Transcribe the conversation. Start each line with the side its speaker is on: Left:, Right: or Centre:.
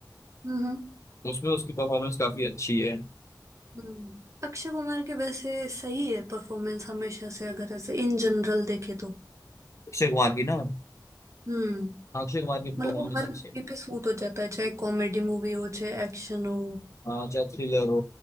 Right: हम्म हम्म
Left: उसमें उसकी परफॉर्मेंस काफी अच्छी है
Right: हम्म। अक्षय कुमार के वैसे सही है परफॉर्मेंस हमेशा से अगर ऐसे इन जनरल देखे तो
Left: अक्षय कुमार की ना हाँ,
Right: हम्म
Left: अक्षय कुमार की परफॉर्मेंस
Right: मतलब वो हर
Left: अच्छी
Right: मूवी
Left: है
Right: पे सूट हो जाता है चाहे कॉमेडी मूवी हो चाहे एक्शन हो
Left: हाँ, चाहे थ्रिलर हो